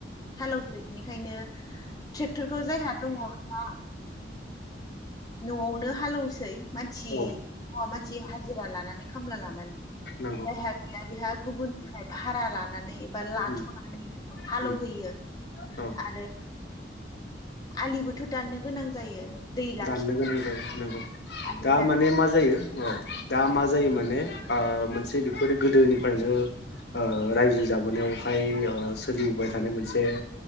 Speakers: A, on the left (about 20°); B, on the left (about 65°).
A: हालौसै बेनिखायनो ट्रेक्टरखौ जायहा दङ बा न'आवनो हालौवस सै मानसि
B: औ
A: हौवा मानसि हाजिरा लानानै खामला लानानै
B: नंगौ
A: जायहा गैया बेहा गुबुननिफ्राय भारा लानानै एबा लाथ'नानै
B: उम
A: हालेवहोयो
B: उम औ
A: आरो आलिबोथ' दाननो गोनां जायो दै लाखि
B: दाननो गोनां जायो नोंगौ
A: आलि
B: दा
A: दान
B: माने मा जायो औ दा मा जायो माने अ मोनसे बेफोरो गोदोनिफ्रायनो ओ रायजो जाबोनायावहाय ओ सोलिबोबाय थानाय मोनसे